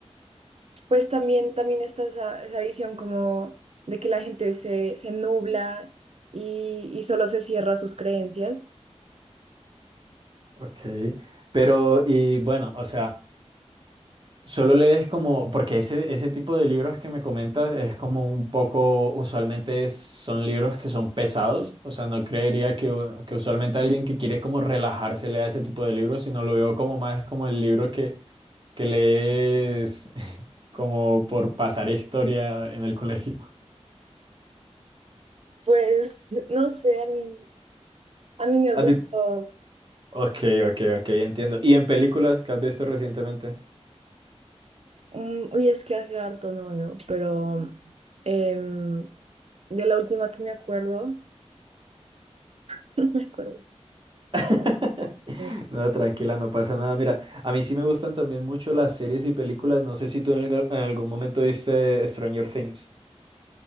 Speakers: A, on the right; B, on the right.
A: pues también, también está esa, esa visión como de que la gente se, se nubla y, y solo se cierra a sus creencias.
B: Okay. Pero, y bueno, o sea, solo lees como, porque ese, ese tipo de libros que me comentas es como un poco, usualmente es- son libros que son pesados, o sea, no creería que, u- que usualmente alguien que quiere como relajarse lea ese tipo de libros, sino lo veo como más como el libro que, que lees <laughs> como por pasar historia en el colegio.
A: Pues <laughs> no sé, a mí, a mí me
B: ¿A
A: gustó,
B: ti, Ok, ok, ok, entiendo. ¿Y en películas que has visto recientemente?
A: mm, uy, es que hace harto no veo, pero em, de la última que me acuerdo, <laughs> no me acuerdo.
B: <laughs>
A: eh,
B: No, tranquila, no pasa nada. Mira, a mí sí me gustan también mucho las series y películas. No sé si tú en, alg- en algún momento viste Stranger Things.